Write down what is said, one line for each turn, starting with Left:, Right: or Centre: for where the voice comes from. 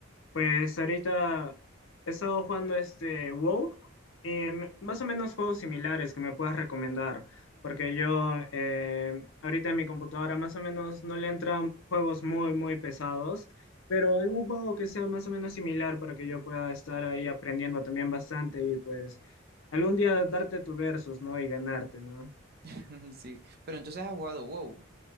Left: pues ahorita he estado jugando este WoW, eh, m- más o menos juegos similares que me puedas recomendar, porque yo eh, ahorita en mi computadora más o menos no le entran juegos muy, muy pesados, pero algún juego que sea más o menos similar para que yo pueda estar ahí aprendiendo también bastante y pues algún día darte tu versus, ¿no? Y ganarte, ¿no?
Right: <laughs> Sí. Pero entonces has jugado WoW